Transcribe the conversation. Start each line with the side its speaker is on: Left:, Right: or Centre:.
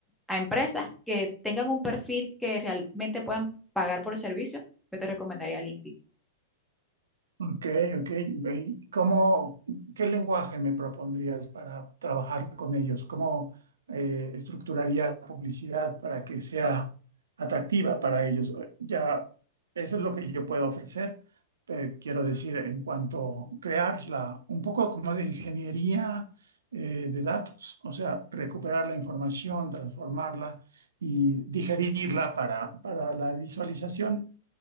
Centre: a empresas que tengan un perfil que realmente puedan pagar por el servicio, yo te recomendaría LinkedIn.
Right: Ok, ok. ¿Y ¿Cómo, qué lenguaje me propondrías para trabajar con ellos? ¿Cómo eh, estructuraría la publicidad para que sea atractiva para ellos? Ya, eso es lo que yo puedo ofrecer. pero quiero decir, en cuanto a crearla, un poco como de ingeniería eh, de datos, o sea, recuperar la información, transformarla y digerirla para, para la visualización